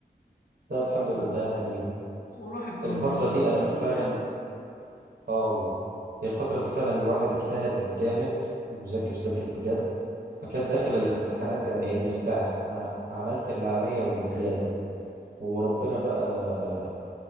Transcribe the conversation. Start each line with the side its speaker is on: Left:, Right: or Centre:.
Right: لا الحمد
Left: و...
Right: لله يعني
Left: والواحد
Right: الفترة
Left: ربنا كرمه
Right: دي أنا
Left: الحمد
Right: فعلا
Left: لله
Right: آه والله هي الفترة دي فعلا الواحد اجتهد جامد وذاكر ذاكر بجد فكان داخل الامتحانات يعني إيه مرتاح أنا عملت اللي عليا وبزيادة وربنا بقى